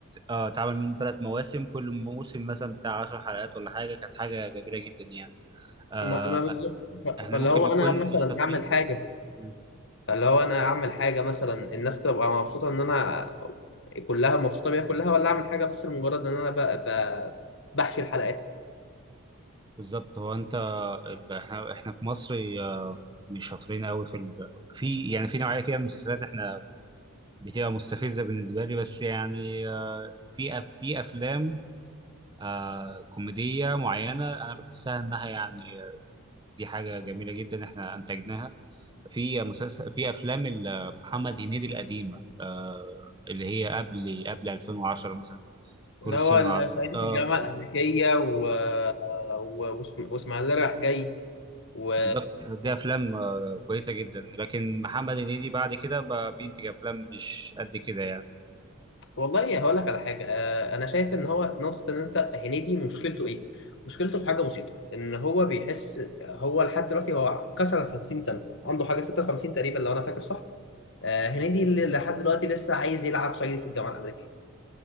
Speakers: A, on the right; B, on the left.
A: اه اتعمل منه ثلاث مواسم كل موسم مثلا بتاع 10 حلقات ولا حاجه كانت حاجه جميله جدا يعني آه
B: ما ما بالظبط. ف-
A: احنا
B: فاللي
A: ممكن
B: هو
A: نكون
B: انا مثلا
A: مش شاطرين
B: اعمل حاجة
A: مم.
B: فاللي هو انا اعمل حاجة مثلا الناس تبقى مبسوطة ان انا كلها مبسوطة بيها كلها ولا اعمل حاجة بس لمجرد ان انا ب... ب... بحشي الحلقات
A: بالظبط هو انت ال- احنا احنا في مصر آه، مش شاطرين قوي في ال... في يعني في نوعيه كده من المسلسلات احنا بتبقى مستفزه بالنسبه لي بس يعني آه، في أف في افلام آه كوميديه معينه انا بحسها انها يعني آه، دي حاجه جميله جدا احنا انتجناها في مسلسل في افلام ال- محمد هنيدي القديمه آه اللي هي قبل قبل 2010 مثلا
B: اللي
A: فول الصين
B: هو
A: العظيم
B: الصعيدي
A: اه
B: في الجامعة الأمريكية و... و... واسم- واسماعيلية رايح جاي و...
A: بالظبط دي افلام آه، كويسه جدا لكن محمد هنيدي بعد كده بقى بينتج افلام مش قد كده يعني
B: والله هقول لك على حاجه آه، انا شايف ان هو نقطه ان انت هنيدي مشكلته ايه مشكلته في حاجه بسيطه ان هو بيحس هو لحد دلوقتي هو كسر ال 50 سنه عنده حاجه 56 تقريبا لو انا فاكر صح آه، هنيدي اللي لحد دلوقتي لسه عايز يلعب صعيدي في الجامعه الامريكيه